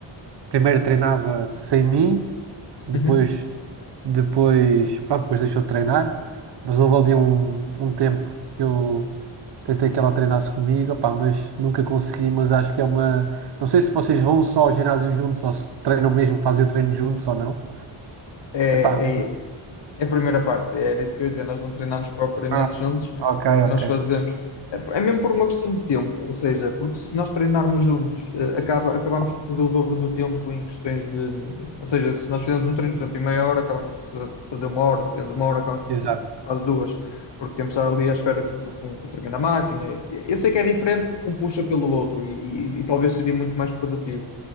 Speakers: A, on the right; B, on the left.
A: primeiro treinava sem mim, depois,
B: Uhum.
A: depois, pronto, depois deixou de treinar. Mas houve ali um, um tempo que eu tentei que ela treinasse comigo, opá, mas nunca consegui. Mas acho que é uma. Não sei se vocês vão só ao ginásio juntos ou se treinam mesmo, fazem o treino juntos ou não.
B: É,
A: Epá, mas-
B: é, É a primeira parte, era isso que eu ia dizer. Nós não treinamos propriamente
A: Ah,
B: juntos.
A: ok,
B: O que nós
A: ok.
B: fazemos é é mesmo por uma questão de tempo, ou seja, porque se nós treinarmos juntos, eh, acaba, acabamos por fazer o dobro do tempo em questões de. Ou seja, se nós fizemos um treino, por exemplo, em meia hora, acabamos por fazer por fazer uma hora, se fizemos uma hora, acabamos por
A: exato.
B: fazer quase duas, porque temos de estar ali à espera que, por- com, com o treino na máquina. Eu sei que é diferente porque um puxa pelo outro e, e- e talvez seria muito mais produtivo.